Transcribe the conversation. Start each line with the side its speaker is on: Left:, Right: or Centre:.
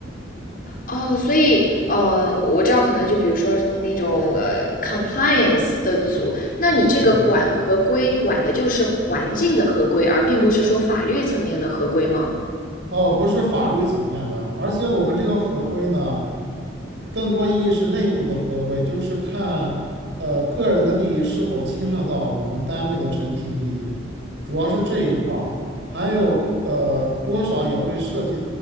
Left: 哦，所以，呃，我知道，可能就比如说那种呃，compliance 的组，那你这个管合规管的就是环境的合规，
Right: 对。
Left: 而并不是说法律层面的合规吗？
Right: 哦，不是法律层面的，而且我们这个合规呢，更多意义是内部的合规，就是看呃个人的利益是否侵害到我们单位的整体利益，主要是这一块儿，还有呃多少也会涉及，